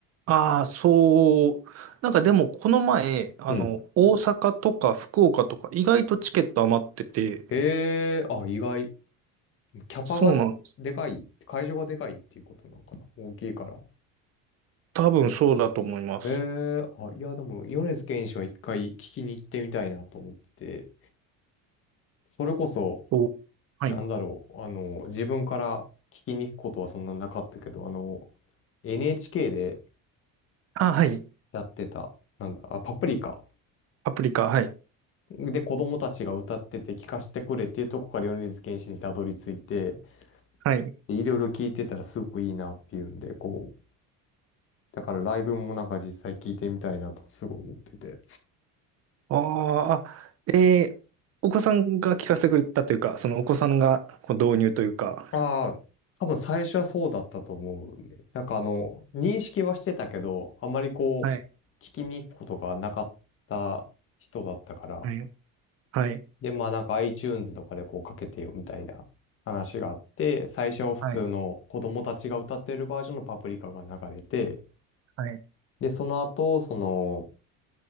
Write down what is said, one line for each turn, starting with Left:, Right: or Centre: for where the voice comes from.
Right: ああ、そう。なんかでも、この前、あの、
Left: うん。
Right: 大阪とか福岡とか、意外とチケット余ってて、
Left: へえ、あ、意外。キャパがでかい、
Right: そうなんです。
Left: 会場がでかいっていうことなんかな。大きいから。
Right: 多分そうだと思います。
Left: へえ、あ、いや、でも、米津玄師は一回聞きに行ってみたいなと思ってて、それこそ、
Right: そうはい。
Left: なんだろう、あの、自分から聞きに行くことはそんななかったけど、あの、NHK で
Right: あ、はい。
Left: やってた、なんだ、あ、パプリカ。
Right: パプリカ、はい。
Left: で、子供たちが歌ってて聞かせてくれっていうとこから米津玄師にたどり着いて、
Right: はい。
Left: でいろいろ聞いてたらすごくいいなっていうんで、こう、だからライブもなんか実際聞いてみたいなとすごい思ってて。
Right: あーあ、えー、お子さんが聞かせてくれたというか、そのお子さんがこう導入というか。
Left: ああ、多分最初はそうだったと思うね。なんかあの、認識はしてたけど、あんまりこう、
Right: はい。
Left: 聞きに行くことがなかった人だったから、
Right: はい。はい。
Left: で、まあなんか iTunes とかでこうかけてよみたいな話があって、最初は普通の子供たちが歌ってるバージョンのパプリカが流れて、
Right: はい。はい。
Left: で、その後、その、